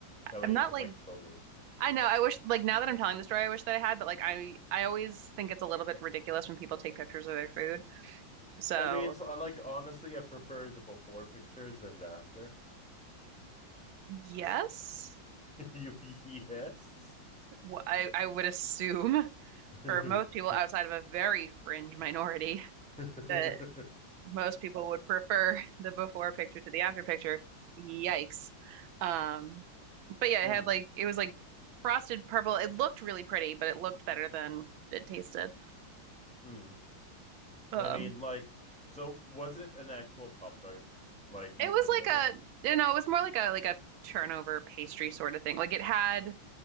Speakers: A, in the centre; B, on the right (about 85°).
A: That way
B: I'm not
A: you could
B: like
A: like show me.
B: I know. I wish, like, now that I'm telling the story, I wish that I had, but like, I I always think it's a little bit ridiculous when people take pictures of their food. So
A: I mean, so, uh, like honestly, I prefer the before pictures than the after.
B: Yes,
A: <laughs> You yes.
B: Wh- I, I would assume <laughs>
A: <laughs>
B: for most people outside of a very fringe minority
A: <laughs>
B: <laughs> that most people would prefer <laughs> the before picture to the after picture. Yikes. Um, but yeah,
A: Mm,
B: it had like it was like frosted purple. It looked really pretty, but it looked better than it tasted.
A: mm.
B: Um,
A: I mean, like, so was it an actual Pop Tart? Like,
B: it
A: legitimately?
B: was like a you know, it was more like a like a turnover pastry sort of thing. Like it had